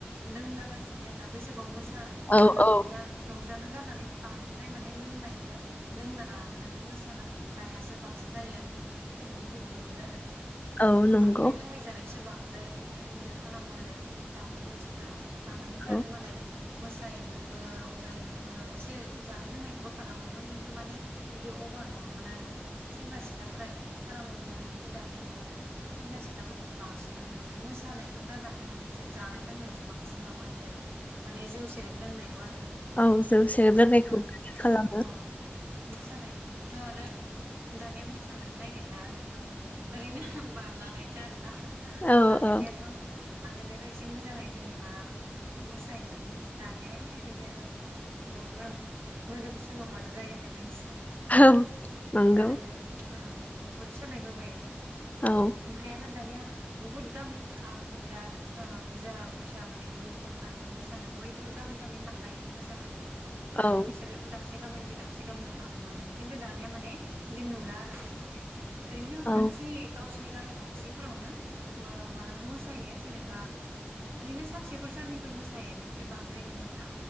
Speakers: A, on the right; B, on the left.
A: लोंलाबाय इदि आरोना बैसागुआव मोसा-मोसानो
B: औ औ
A: रंजा-रंजानो गारनानै बांद्राय माने लोंनायखो लोंना लानानै मान मोसानो हायासो बांसिन जायो आरो। बिदि बहुत नुयो आरो।
B: औ नंगौ
A: बांद्राय लोंनाय जानाय सो बांद्राय गिदिर खालामो आरो दानि मानसिफोरा। आगोलनिफोराथ'
B: औ
A: मालाय मोसायोमोनबो रंजायोमोनबो एसे जानाय लोंनायखौबो खालामोमोन किनतु माने बिदि अभार नङामोन आरो सेंग्रा सिख्लाफोरा इदि खालामामोन आरो खिन्थु दानिया बिराद सेंग्रा सिख्लाफोरखौसो बांसिन नुनो मोनो मोसानायखौ गारनानै माने बिसोर जानाय लोंनायावसो बांसिन माबा होयो आरो माने जौ सेरेब लोंनायाव आरो
B: औ जौ सेरेब लोंनायखौ
A: औ
B: बिदि खालामो
A: औ मोसानायखौबोथ' आरो दानिया मोसानो नागि ला एकदम ओरैनो बारलानायसो आरो ना।
B: औ
A: आगोलनियाथ'
B: औ
A: आगोलनियाथ' एसे मोजाङै जेनेबा मोसायोमोन दानिया ओरैनो बयबो मोदोमसिमावबानो जायो होननाय बादि बिदि
B: औ नंगौ
A: जाबाय आरो औ। बहुद सोलायबोबाय।
B: औ
A: ओमप्राय आरो दानिया बुहुत गामियावनो आगोलथ' बिराद ओ बुरजा बुरजा माने ग्रुप ओंखारोमोन मोसानो बयबो गामि गामि थांलायोमोन मोसानो। आ
B: औ
A: इसोरो दा दाबसे गामिनिफ्राय दाबसे गामियाव थाङोमोन खिन्थु दानिया माने बिदि नुला आरो। ओरैनो खाथि
B: औ
A: गावसोर नि गामि गंसेफोरावनो ओ मालाबा मोसायो जेनेबा ओरैनो सानसेफोर साननैफोर मोसायो बेनिफ्राय बांद्राय नुनो मोना